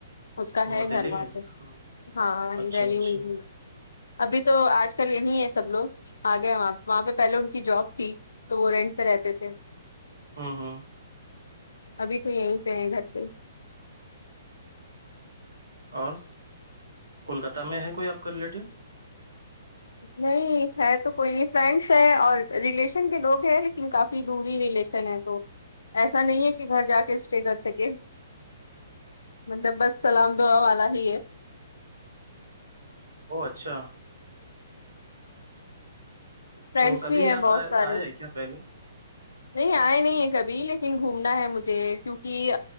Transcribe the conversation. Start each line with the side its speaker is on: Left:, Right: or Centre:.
Left: اس کا
Right: او
Left: ہے گھر
Right: دلی میں
Left: واپس
Right: بھی ہاں
Left: ہاں
Right: اچھا
Left: دہلی
Right: اچھا
Left: میں ہی ابھی تو آج کل یہی ہے سب لوگ آ گئے وہاں وہاں پہ پہلے ان کی جاب تھی تو وہ رینٹ پہ رہتے تھے
Right: ہاں ہاں
Left: ابھی تو یہیں پہ ہیں گھر پہ
Right: اور کولکتہ میں ہے کوئی آپ کا ریلیٹو
Left: نہیں ہے تو کوئی نہیں فرینڈس ہے اور ریلیشن کے لوگ ہیں لیکن کافی دوری ریلیشن تو ایسا نہیں ہے کہ گھر جا کے اسٹیج کر سکے مطلب بس سلام دعا والا ہی ہے
Right: او اچھا
Left: فرینڈس
Right: تو کبھی
Left: بھی ہیں
Right: آپ
Left: بہت
Right: آئے
Left: سارے
Right: آئے ہیں کیا پہلے
Left: نہیں آئے نہیں ہے کبھی لیکن گھومنا ہے مجھے کیونکہ